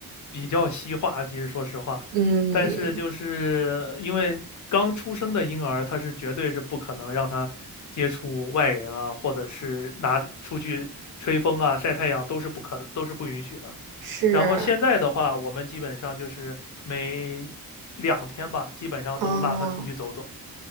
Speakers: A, on the left; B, on the right.
A: 比较西化，其实说实话。
B: 嗯，
A: 但是就是因为刚出生的婴儿，他是绝对是不可能让他接触外人啊，或者是拿出去吹风啊、晒太阳都是不可都是不允许的。
B: 是，
A: 然后现在的话，我们基本上就是每两天吧，基本上都拉他出去走走。
B: 哦。